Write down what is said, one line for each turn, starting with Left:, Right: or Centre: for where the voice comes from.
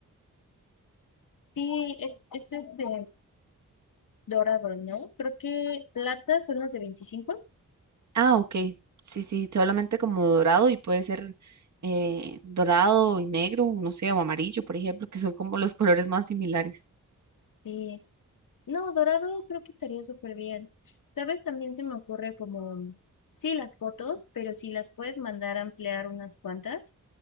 Left: Sí, es, es este dorado, ¿no? Creo que plata son las de veinticinco
Right: Ah, ok. Sí, sí, solamente como dorado y puede ser eh, dorado y negro, no sé, o amarillo, por ejemplo, que son como los <laughs> colores más similares.
Left: Sí, no, dorado creo que estaría súper bien. ¿Sabes? También se me ocurre como, sí, las fotos, pero si las puedes mandar a ampliar unas cuantas,